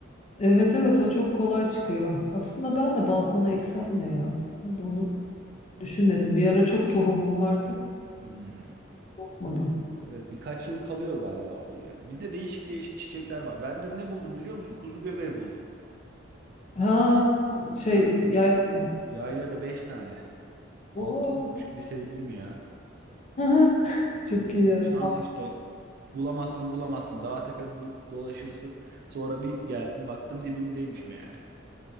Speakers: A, on the left (about 35°); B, on the right (about 50°).
A: evet evet o çok kolay çıkıyor. Aslında ben de balkona eksem ya ya. Onu düşünmedim. Bir ara çok tohumum vardı.
B: Hmm.
A: Yapmadım.
B: Evet birkaç yıl kalıyor galiba olduğu yerde. Bizde değişik değişik çiçekler var. Ben dün ne buldum biliyor musun? Kuzu göbeği buldum.
A: Ha şey
B: Ya.
A: yayla.
B: Yaylada 5 tane. 6
A: Oo.
B: bulmuş gibi sevindim ya.
A: <laughs> Çok
B: Öyle
A: iyi
B: ya.
A: ya.
B: Şans işte. Bulamazsın bulamazsın. Dağ tepe bulu- dolaşırsın. Sonra bir geldim baktım dibimdeymiş meğer.